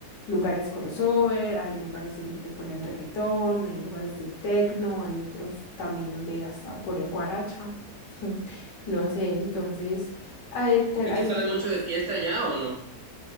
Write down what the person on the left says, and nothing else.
lugares crossover, hay lugares donde te ponen reggaetón, hay lugares de techno, hay otros también donde hasta ponen guaracha, <laughs> no sé, entonces eh, te-
hay-